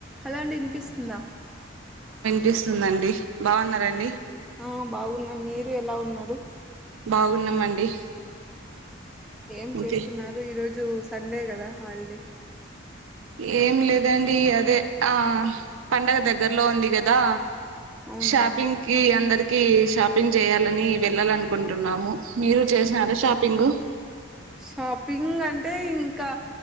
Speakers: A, in the centre; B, on the right.
A: Hollow అండీ ఇనిపిస్తుందా
B: పిస్తుందండి బాగున్నరాండి
A: ఆ బాగున్నం మీరు ఎలా ఉన్నారు
B: బాగున్నామండి
A: ఏం
B: ఇంకే
A: చేస్తున్నారు ఈరోజు సండే కదా హాలిడే
B: ఏం లేదండి అదే ఆ పండగ దగ్గరలో ఉంది కదా
A: అవునవును
B: షాపింగ్ కి అందరికి షాపింగ్ చేయ్యాలని వెళ్ళాలనుకుంటున్నాము మీరు చేసినారా షాపింగ్
A: షాపింగ్ అంటే ఇంకా